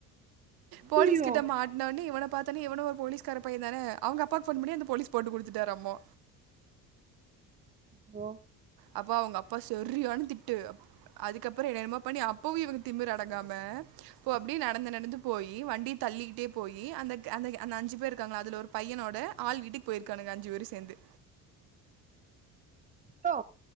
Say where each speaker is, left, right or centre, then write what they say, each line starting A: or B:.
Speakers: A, on the right; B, on the right.
A: போலீஸ்
B: ஐயயோ
A: கிட்ட மாட்னவுட்னே இவன பாத்தன்னா இவனு ஒரு போலீ்ஸ்கார பைய தான அவங்க அப்பாக்கு ஃபோன் பண்ணி அந்த போலீஸ் போட்டு குடுத்துட்டாராமா
B: போ
A: அப்ப அவங்க அப்பாஸ் செரியான திட்டு அப் அதுக்கப்புறோ என்னென்னமோ பண்ணி அப்பவு இவங்க திமிர் அடங்காம இப்ப அப்டியே நடந்து நடந்து போயி வண்டிய தள்ளிக்கிட்டே போயி அந்த அந்த அந்த அஞ்சு பேர் இருக்காங்கல்ல அதுல ஒரு பையனோட ஆள் வீட்டுக் போயிரு்க்கானுகஅஞ்சு பேரும் சேந்து
B: ட்டோ